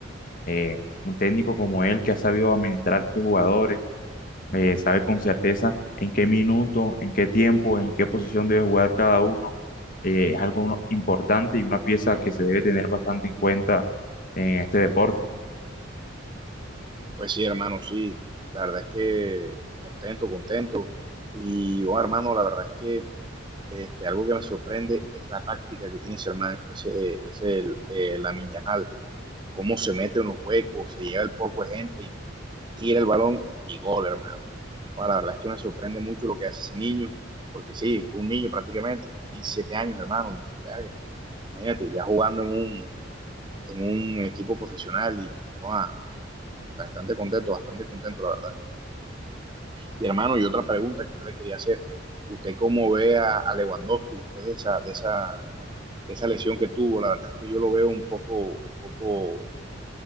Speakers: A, on the left (about 45°); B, on the right (about 25°).
A: Eh, un técnico como él que ha sabido administrar estos jugadores eh, sabe con certeza en qué minuto, en qué tiempo, en qué posición debe jugar cada uno. eh, es algo ¿no? importante y una pieza que se debe tener bastante en cuenta en este deporte.
B: Pues sí, hermano, sí, la verdad es que contento, contento. Y yo, hermano, la verdad es que este, algo que me sorprende es la táctica que tiene ese hermano, ese, ese el, eh, Lamin Yamal, cómo se mete en los huecos, se lleva el poco de gente y tira el balón y gol, hermano. Bueno, la verdad es que me sorprende mucho lo que hace ese niño, porque sí, es un niño prácticamente, tiene siete años, hermano, y verga, imagínate, ya jugando en un, en un equipo profesional y wow, bastante contento, bastante contento, la verdad. Y hermano, y otra pregunta que yo le quería hacer, ¿usted cómo ve a, a Lewandowski después de esa, de esa, de esa lesión que tuvo? La verdad es que yo lo veo un poco, un poco